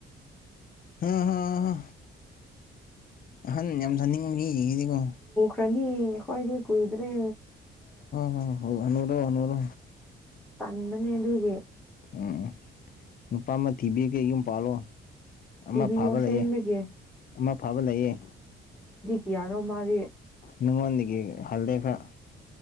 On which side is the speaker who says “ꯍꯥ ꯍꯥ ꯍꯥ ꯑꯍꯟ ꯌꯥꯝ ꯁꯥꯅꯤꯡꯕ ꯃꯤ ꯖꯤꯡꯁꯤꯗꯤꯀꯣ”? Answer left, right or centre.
Left